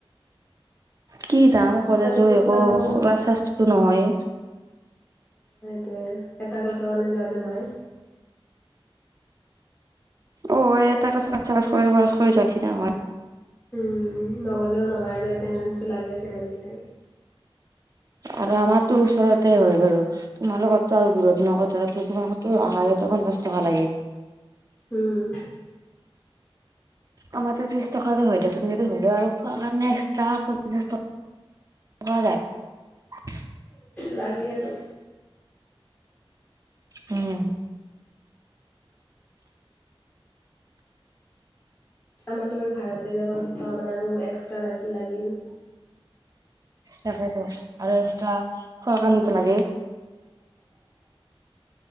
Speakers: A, on the right; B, on the left.
A: কি যাম কলেজো
B: তাতেতো
A: একো
B: পুৰা আৰু অ',
A: ক্লাছ-শ্লাচটো নহয়ে।
B: উম এটা ক্লাছৰ কাৰনে যোৱা যেন হয়।
A: অ এটা ক্লাচৰ কাৰনে পইছা খৰচ কৰি যোৱা নিচিনা হই
B: উম, নগলেও নহয় আৰু এটেনদেন্সটো লাগে সেৱেন্তিফাইভ।
A: আৰু আমাৰটো ওচৰতে হয় বাৰু তোমালোকৰতো আৰু দূৰত সদহতে আহাতো আকন পঞ্চাছ টকা লাগে।
B: উম,
A: আমাৰতো ত্ৰিশ টকাতে হয় দিয়াচোন হলেও খোৱাতো এস্টা পঞ্চাছ টকা <unintelligible>
B: লাগে আৰু।
A: উম।
B: আমাৰতো বাৰু ভাড়াতে যায় পঞ্চাশ টকা মান আৰু এস্টা বাকী লাগিল।
A: তাকেতো, আৰু এস্টা খোৱাৰ কাৰণেতো লাগে।